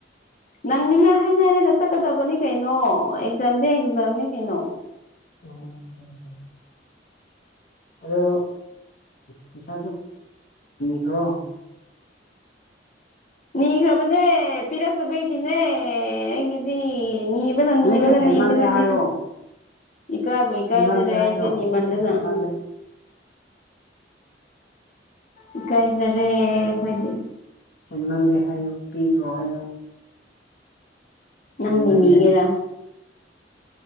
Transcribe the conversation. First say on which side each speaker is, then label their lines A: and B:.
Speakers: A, on the left; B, on the left.
A: ꯅꯪ ꯃꯤꯅ ꯍꯥꯏꯅ ꯍꯥꯏꯔꯒ ꯆꯠꯀꯗꯕꯅꯤ ꯀꯩꯅꯣ ꯖꯝꯗꯦꯖꯝꯅꯦ ꯀꯩꯅꯣ
B: ꯑꯃ ꯉꯝꯖꯦ ꯑꯗꯣ ꯄꯩꯁꯥꯁꯨ ꯕ꯭ꯔꯣ
A: ꯅꯤꯈ꯭ꯔꯕꯅꯦ ꯄꯤꯔꯛꯇꯕꯩꯒꯤꯅꯦ ꯑꯩꯒꯤꯗꯤ ꯅꯤ ꯏꯕ ꯅꯅꯤ
B: ꯅꯣꯏꯁꯨ
A: ꯏꯕ ꯇꯅꯤ
B: ꯍꯦꯟꯃꯜꯂꯦ
A: ꯏꯕꯗꯅꯤ
B: ꯍꯥꯏꯌꯣ
A: ꯏ ꯀꯥꯏꯕꯨ ꯏ ꯀꯥꯏꯗꯔꯦ
B: ꯍꯦꯟꯃꯜꯂꯦ ꯍꯥꯏꯌꯣ
A: ꯍꯥꯏꯗꯅꯤ ꯃꯟꯗꯅ
B: ꯍꯦꯟꯃꯜꯂꯦ
A: ꯏ ꯀꯥꯏꯗꯗꯔꯦ ꯀꯣꯏꯗꯦ
B: ꯍꯦꯟꯃꯜ ꯗꯦ ꯍꯌ ꯄꯤꯈ ꯔꯣꯍꯣ
A: ꯅꯪ
B: ꯑꯩꯃ
A: ꯅꯤꯕꯤꯒꯦꯔꯥ
B: ꯂꯩꯗꯦ